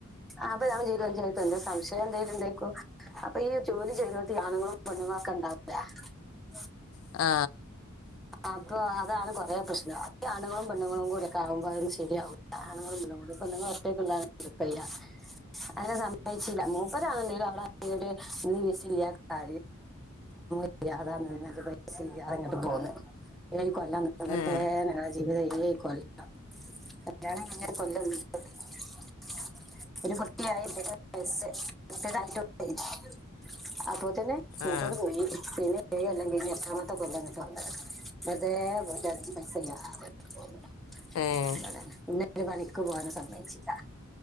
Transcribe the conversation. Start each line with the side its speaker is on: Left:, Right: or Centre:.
Centre: ആ അപ്പൊ നമ്മ ജീവിതംചാരിക്കോ <unintelligible> സംശയം എന്തേലും ഉണ്ടക്കോ അപ്പൊ ഈ ജോലി ചെയ്യുന്നിടത്തീ ആണുങ്ങളും പെണ്ണുങ്ങളും <unintelligible>
Left: ആ
Centre: അപ്പോ അതാണ് കൊറേ പ്രശ്നം ആ അപ്പൊ <unintelligible> ഈ ആണുങ്ങളും പെണ്ണുങ്ങളും കൂടൊക്കെ ആവുമ്പോ അതൊന്നും ശരിയാവൂല്ല ആണുങ്ങളും പെണ്ണുങ്ങളും ഈ പെണ്ണുങ്ങള് ഒറ്റക്ക് ഉണ്ടാരുന്നെ കൊഴപ്പവില്ല അങ്ങനെ സമ്മയിച്ചില്ല മൂപ്പരാണെങ്കിലും അവിടെ വീട് <unintelligible> സാമോ <unintelligible> ഇല്ല അതാണ് എന്നിട്ട് <unintelligible> പൈസ ഇല്ലാതെ ഇങ്ങോട്ട് പോന്നെ കൊല്ലാംത്തെേ
Left: ഏഹ്
Centre: <unintelligible> ഞങ്ങടെ ജീവിതം ഏഴു കൊല്ലം കല്യാണം കഴിഞ്ഞിട്ട് കൊല്ലം <unintelligible> ഒരു കുട്ടിയായി ബ <unintelligible> അപ്പൊ തന്നെ മൂപ്പര്
Left: ആഹ്
Centre: പോയി പിന്നെ ഏഴു കൊല്ലം കഴിഞ്ഞ് എട്ടാമത്തെ കൊല്ലവാ ഇങ്ങട്ട് വന്നെ മതേ വ അസ <unintelligible>
Left: ഏഹ്
Centre: എന്നെയൊട്ട് പണിക്ക് പോകാനും സമ്മതിക്കൂല്ല